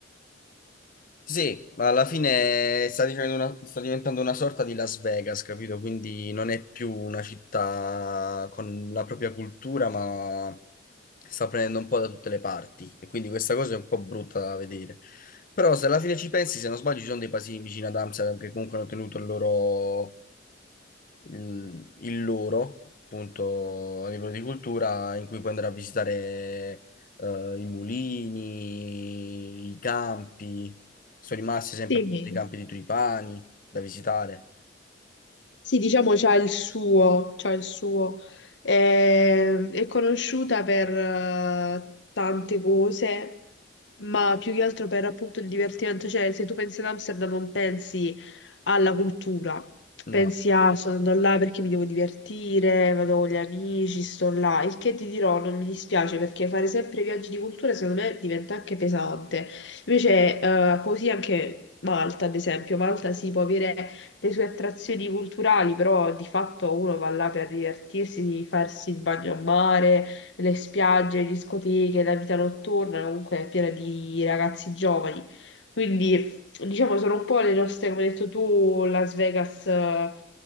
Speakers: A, on the left; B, on the left.
A: Sì, ma alla fine sta dicendo una- sta diventando una sorta di Las Vegas, capito? Quindi non è più una città con la propria cultura, ma sta prendendo un po' da tutte le parti. E quindi questa cosa è un po' brutta da vedere. Però se alla fine ci pensi, se non sbaglio, ci sono dei paesini vicino ad Amsterdam che comunque hanno tenuto il loro, il, il loro, appunto, a livello di cultura, in cui puoi andare a visitare eh, i mulini, i campi. Sono rimasti sempre
B: Sì,
A: appunto i campi di Tripani da visitare.
B: Sì, diciamo c'ha il suo, c'ha il suo. Eh, è conosciuta per eh, tante cose, ma più che altro per appunto il divertimento. Cioè, se tu pensi ad Amsterdam non pensi alla cultura,
A: No,
B: pensi a sono andato là perché mi devo divertire, vado con gli amici, sto là. Il che ti dirò, non mi dispiace perché fare sempre viaggi di cultura secondo me diventa anche pesante. Invece, eh, così anche Malta, ad esempio, Malta si può avere le sue attrazioni culturali, però di fatto uno va là per divertirsi, di farsi il bagno a mare, le spiagge, le discoteche, la vita notturna, comunque è piena di ragazzi giovani. Quindi, diciamo, sono un po' le nostre, come hai detto tu, Las Vegas, eh,